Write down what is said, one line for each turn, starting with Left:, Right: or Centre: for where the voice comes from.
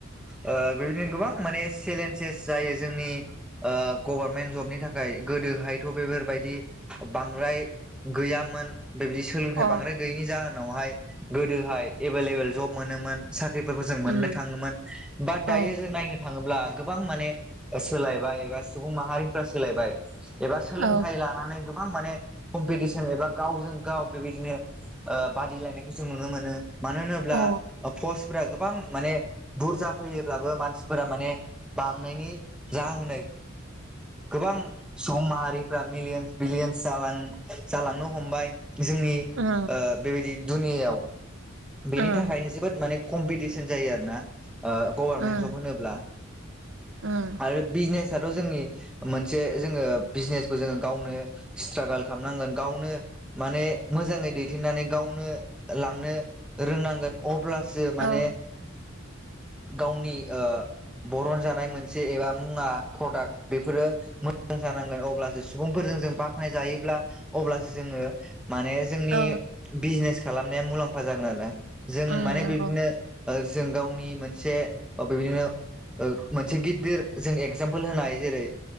Centre: ओ बेबायदिनो गोबां माने चेलेन्जेस जायो जोंनि ओ गभारनमेन्ट जबनि थाखाय गोदोहायथ' बेफोरबायदि बांद्राय गैयामोन बेबायदि सोलोंथाइ
Right: अ
Centre: बांद्राय गैयैनि जाहोनावहाय गोदोहाय एभेलेबेल जब मोनोमोन साख्रिफोरखौ जों मोननो
Right: उम
Centre: थाङोमोन बा दायो
Right: औ
Centre: जों नायनो थाङोब्ला गोबां माने सोलायबाय एबा सुबुं माहारिफ्रा सोलायबाय एबा सोलोंथाइ
Right: औ
Centre: लानानै गोबां माने कमपिटिसन एबा गावजों गाव बेबायदिनो बादिलायनायखौ जों नुनो मोनो मानो होनोब्ला
Right: औ
Centre: पस्टफोरा गोबां माने बुरजा फैयोब्लाबो मानसिफोरा माने बांनायनि जाहोनाय गोबां सुबुं माहारि मिलियन्स बिलिन्स जालांनो हमबाय जोंनि
Right: उम
Centre: बेबायदि दुनियायाव बेनि
Right: उम
Centre: थाखायनो जोबोद माने कम्पिटिसन जायो आरोना गभारनमेन्ट
Right: उम
Centre: जब होनोब्ला
Right: उम
Centre: आरो बिजनेसथ' जोंनि मोनसे जोङो बिजनेसखौ जोङो गावनो स्ट्रागोल खालामनांगोन गावनो। माने मोजाङै दैदेननानै गावनो लांनो रोंनांगोन। अब्लासो माने।
Right: औ
Centre: गावनि ओ बरन जानाय मोनसे एबा मुवा प्रडाक्ट बेफोरो। मोजां जानांगोन अब्लासो सुबुंफोरजों जों बाख्नाय जायोब्ला अब्लासो जोङो माने जोंनि
Right: औ
Centre: बिजनेस खालामनाया मुलाम्फा जागोन आरो जों
Right: उम
Centre: माने
Right: नंगौ
Centre: बेदिनो जों गावनि मोनसे बेबायदिनो मोनसे गिदिर जों एगजामपोल होनो हायो जेरै